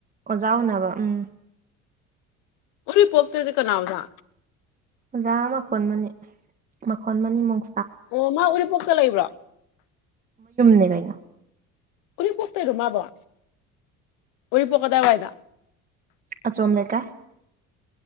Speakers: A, on the right; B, on the left.
A: ꯑꯣꯖꯥ ꯎꯅꯕ ꯎꯝ
B: ꯎꯔꯤ ꯄꯣꯞꯇꯗꯤ ꯀꯅꯥꯎꯖ
A: ꯑꯣꯖꯥ ꯃꯈꯣꯟ ꯃꯅꯤ ꯃꯈꯣꯟ ꯃꯅꯤ ꯃꯨꯛ
B: ꯑꯣ ꯃꯥ ꯎꯔꯤꯄꯣꯛꯇ ꯂꯩꯕ꯭ꯔꯣ
A: ꯀꯩꯅ
B: ꯎꯔꯤꯄꯣꯛ ꯇ ꯔꯨꯃꯕ ꯎꯔꯤꯄꯣꯛ ꯀꯗ ꯋꯥꯏꯗ
A: ꯑꯆꯝꯀ